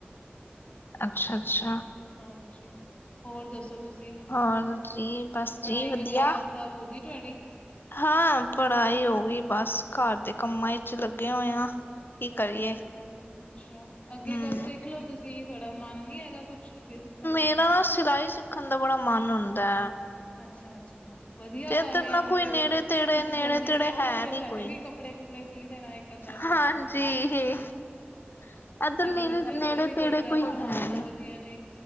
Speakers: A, on the left (about 60°); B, on the left (about 30°).
A: ਅੱਛਾ-ਅੱਛਾ
B: ਹਾਂਜੀ, ਹੋਰ ਦੱਸੋ ਤੁਸੀਂ?
A: ਹੋਰ ਜੀ
B: ਸਭ
A: ਬਸ
B: ਪੜ੍ਹਾਈ
A: ਜੀ ਵਧੀਆ।
B: ਵਗੈਰਾ, ਸਭ ਹੋ ਗਈ ਤੁਹਾਡੀ
A: ਹਾਂ ਪੜ੍ਹਾਈ ਹੋ ਗਈ ਬਸ, ਘਰ ਦੇ ਕੰਮਾਂ ਲੱਗੇ ਹੋਏ ਆ। ਕੀ
B: ਵਧੀਆ-
A: ਕਰੀਏ
B: ਵਧੀਆ ਅੱਛਾ,
A: ਹਮ
B: ਅੱਗੇ ਕੁਛ ਸਿੱਖ ਲੋ ਤੁਸੀਂ, ਥਹਾਡਾ ਮਨ ਨੀ ਹੈਗਾ, ਕੁੱਛ ਅੱਗੇ ਸਿੱਖਣ ਤੇ
A: ਏ ਨਾ ਸਿਲਾਈ ਕਰਨ ਦਾ ਬੜਾ ਮਨ ਹੁੰਦਾ,
B: ਅੱਛਾ- ਅੱਛਾ। ਵਧੀਆ
A: ਤੇ
B: ਗੱਲ
A: ਇੱਧਰ
B: ਆ,
A: ਨਾ
B: ਤੇ
A: ਕੋਈ
B: ਫੇਰ
A: ਨੇੜੇ ਤੇੜੇ
B: ਤੁਸੀਂ
A: ਨੇੜੇ
B: ਜਲਦੀ
A: ਤੇੜੇ
B: ਸਿਖ
A: ਹੈ
B: ਲਓ, ਫੇਰ
A: ਨੀ
B: ਸਾਡੇ
A: ਕੋਈ।
B: ਵੀ ਕੱਪੜੇ -ਕੁਪੜੇ ਕੀ ਦੇਣਾ, ਇੱਕ ਅੱਧਾ
A: ਹਾਂਜੀ
B: ਜੋੜਾ
A: ਇੱਧਰ
B: ਸਾਡੇ
A: ਨੇੜੇ
B: ਬੱਚੇ ਵਾਸਤੇ
A: ਨੇੜੇ
B: ਵੀ
A: ਤੇੜੇ
B: ਕੋਈ ਡਰੈਸ ਬਣਾ
A: ਹੈ
B: ਦੇਣਾ,
A: ਨੀ।
B: ਵਧੀਆ ਜਿਹੀ